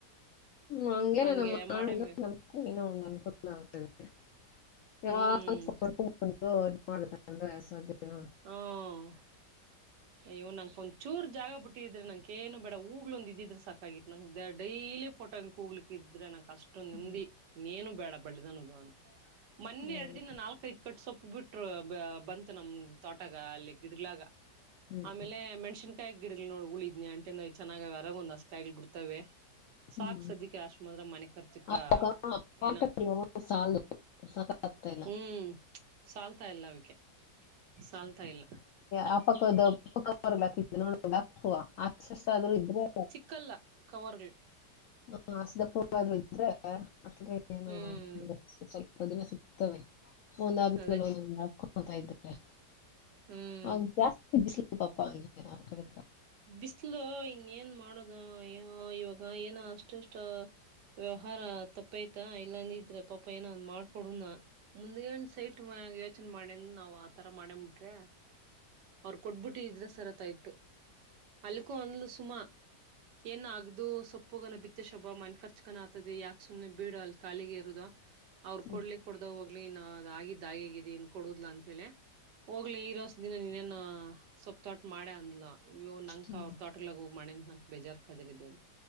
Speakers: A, on the left; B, on the right.
A: ಹ್ಮ ಹಂಗೇನ
B: ಹಂಗೆ
A: ನ ಮಾಡ
B: ಮಾಡೇಬೇಕು
A: ನಮ ಏನೋ ಒಂದು ಅನುಕೂಲ ಆಗ್ತದೆ
B: ಹ್ಮ್
A: ಯಾವಾಗ ಇ ಮಾಡ್ಬೇಕಂದ್ರೆ ಸಾಧ್ಯನ
B: ಹ್ಮ ಇವ್ ನಂಕ ಒಂದ್ಚೂರು ಜಾಗ ಬಿಟ್ಟಿದ್ರೆ ನಂಗೆ ಬೇಡ ಹೂಗ್ಲ ಒಂದು ಇದಿದ್ರೆ ಸಾಕಾಗಿತ್ತು ನಂಗೆ ಡೈಲಿ ಪೋಟ ಹೋಗ್ಲಿಕ್ಕ ಇದ್ರೆ ನ ಕಷ್ಟೊ ನೆಮ್ದಿ
A: ಹ್ಮ್.
B: ನೀನು ಬೇಡ ಬಳ್ಳಿದನದು ಮೊನ್ನೆ
A: ಹೌದು.
B: ಎರಡು ದಿನ ನಾಲ್ಕೈತಿ ಕಟ್ ಸೊಪ್ಪ ಬಿಟ್ರು ಬಂತು ನಮ್ ತೋಟಗ ಅಲ್ಲಿ ಗಿಡ್ಲಾಗ
A: ಹ್ಮ್
B: ಆಮೇಲೆ ಮೆಣ್ಸಿನ್ ಯಿ ಗಿಡಗಳು ನೋಡಿ ಉಳಿದನಿ ಅಂಟಿಂದ ಚೆನ್ನಾಗ ಯರಾಗ ಒಂದ್ಸ ಕಾಯಿಗಳು ಬಿಡ್ತವೆ ಸಾಕ್
A: ಹ್ಮ್
B: ಸದ್ಯಕ್ಕೆ ಅಶ್ಮಂದ್ರ ಮನೆ ಖರ್ಚಿಕ
A: ಅವಾಗ ಪಾಠ
B: ಏನ
A: ಸಾಲದು ಸಾಕಾಗ್ತಾ ಇಲ್ಲ
B: ಹ್ಮ್ ಸಲ್ತಾ ಇಲ್ಲ ಅವಕ್ಕೆ ಸಾಲ್ತಾ ಇಲ್ಲ
A: ಆ ಪಕ್ಕದಕ್ಕ ಹಾಕ ನೋಡ ಹೂ ಅಷ್ಟಷ್ಟಾದ್ರೂ ಇದ್ರೆ
B: ಕಲ್ಲ ಕವರ್
A: ಹಾ ಹಸದ ಪೂ ಆದ್ರರು ಇದ್ರೆ ಅ ಏನು
B: ಹ್ಮ್
A: ಸ್ವಲ್ಪ ದಿನ ಸಿ ತ ಒಂದಾದ್ಮೇಲೆಕತಾ
B: ಅದೇ
A: ಇದ್ದಾರೆ
B: ಹ್ಮ್
A: ಅವ ಜಾಸ್ತಿ ಬಿಸ್ಲ ಪಾಪ ಅಗೆ ಆ ಕಡೆ
B: ಬಿಸಲು ಇನ್ನ ಏನ್ ಮಾಡದ ಇವಾಗ ಏನ ಅಷ್ಟುಷ್ಟ ವ್ಯವಹಾರ ತಪ್ಪಯ್ತ ಇಲ್ಲಾಂದ ಇದ್ರೆ ಪಾಪ ಏನ ಅಂದ್ ಮಾಡ್ಕೊಡನಾ ಮುಂದ್ಗ ನ್ ಸೈಟ್ ಯೋಚನೆ ಮಾಡಿಂದು ನಾವ್ ಆತರ ಮಾಡೇ ಮುಟ್ರೆ ಅವ್ರ ಕೊಟ್ಬಿಟ್ಟ ಹಟ್ಟಿ ಇದ್ರೆ ಸರತ ಇಟ್ಟು ಅಲ್ಕ್ ಒಂದ್ಲು ಸುಮ ಏನ್ ಆಗದು ಸೊಪ್ಪುಗನ ಬಿತ್ತು ಮತ್ತ ಶೊಬ್ ಮನ್ ರ್ಕೊಂಡ ಆತದೆ ಯಾಕೆ ಸುಮ್ನೆ ಬೀಡ ಅಲ್ಲಿ ಕಾಲಿಗೆ ಇರೋ ಅವ್ರು
A: ಹ್ಮ್
B: ಕೊಡ್ಲಿ ಕೊಡೋಗ ಆಗ್ಲಿ ನ ಅ ಆಗಿದ್ದ ಆ ಆಗಿದ್ದ ಇನ್ ಕೊಡುದಲ ಅಂತ ಹೇಳಿ ಹೋಗ್ಲಿ ಇರೋಸ ದಿನ ನೀನೇನು ಸೊಪ್ ತೊಟ ಮಾಡ ಅಂದ್ಲು ಅ್ಯ ನಂಕ
A: ಹ್ಮ್
B: ಅವ್ರ ತೋಟಲ್ಗ ಹೋಗಿಣ ನಂಕ್ ಬೇಜಾರ್ ಕದರ್ದು